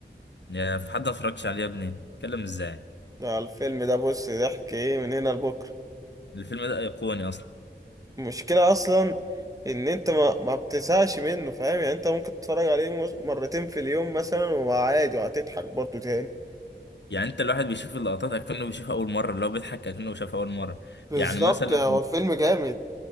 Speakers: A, on the left; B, on the right.
A: يا في حد ما اتفرجش عليه يا ابني اتكلم ازاي
B: ده الفيلم ده بص ضحك ايه من هنا لبكره
A: الفيلم ده ايقوني اصلا
B: المشكله اصلا ان انت ما ما بتزهقش منه فاهم يعني انت ممكن تتفرج عليه مس- مرتين في اليوم مثلا وعادي وهتضحك برضه تاني
A: يعني انت الواحد بيشوف اللقطات اكنه بيشوفها اول مرة اللي هو بيضحك اكنه شافها اول مرة
B: بالظبط
A: يعني مثلا
B: هو الفيلم جامد